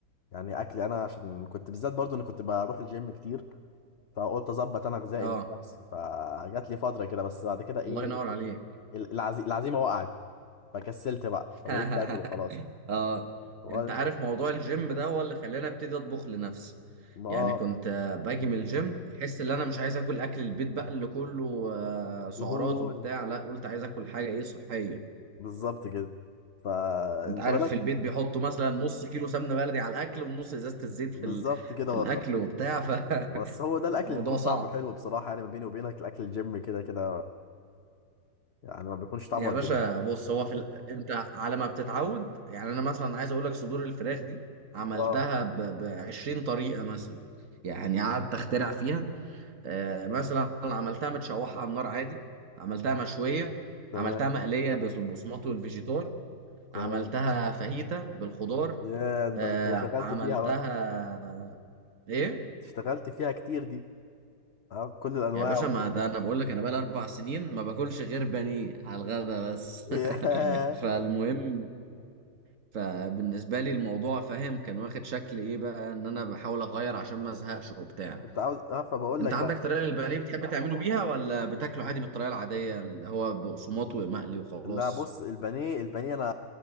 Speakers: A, on the left (about 75°); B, on the right (about 50°).
A: يعني اكلي انا عشان كنت بالذات برضو انا كنت بروح الجيم كتير فقلت اظبط انا غذائي
B: اه
A: لنفسي فجات لي فتره كده بس بعد كده ايه
B: الله ينور عليك
A: ال- العزي... العزيمه وقعت فكسلت بقى فبقيت
B: <laughs>
A: باكل وخلاص
B: اه
A: هو
B: انت
A: انت
B: عارف موضوع الجيم ده هو اللي خلاني ابتدي اطبخ لنفسي
A: ما
B: يعني
A: آه،
B: كنت آه، باجي من الجيم احس ان انا مش عايز اكل اكل البيت بقى اللي كله آه، سعرات
A: دهون
B: وبتاع لا قلت عايز اكل حاجه ايه صحيه
A: بالظبط كده فانت
B: انت عارف
A: بدأت
B: في البيت بيحطوا مثلا نص كيلو سمنه بلدي على الاكل ونص ازازه الزيت
A: بالظبط
B: في ال...
A: كده
B: في
A: والله
B: الاكل وبتاع <laughs> فالموضوع
A: بس هو ده الاكل اللي بيكون
B: صعب
A: طعمه حلو بصراحه يعني ما بيني وبينك الاكل الجيم كده كده يعني ما بيكونش طعمه
B: يا
A: قد
B: باشا
A: كده
B: بص هو في ال... انت على ما بتتعود يعني انا مثلا عايز اقول لك صدور الفراخ دي عملتها
A: اه
B: ب... ب 20 طريقه مثلا يعني قعدت اخترع فيها آه، مثلا عملتها متشوحة على النار عادي عملتها مشوية
A: تمام
B: عملتها مقلية بالبصمات والفيجيتار
A: تمام
B: عملتها فاهيتا بالخضار
A: يا ده
B: آه،
A: انت شغلت
B: عملتها
A: فيها بقى
B: ايه
A: اشتغلت فيها كتير دي اه بكل الانواع
B: يا باشا
A: وكل
B: ما ده انا بقول لك انا بقالي اربع سنين ما باكلش غير بانيه على الغدا بس
A: <laughs> ياه
B: <laughs> فالمهم فبالنسبة لي الموضوع فاهم كان واخد شكل ايه بقى ان انا بحاول اغير عشان ما ازهقش وبتاع
A: كنت عاوز اه فبقول
B: انت
A: لك
B: عندك
A: بقى
B: طريقه للبانيه بتحب تعمله بيها ولا بتاكله عادي بالطريقه العاديه اللي هو بقسماط ومقلي وخلاص
A: لا بص البانيه البانيه انا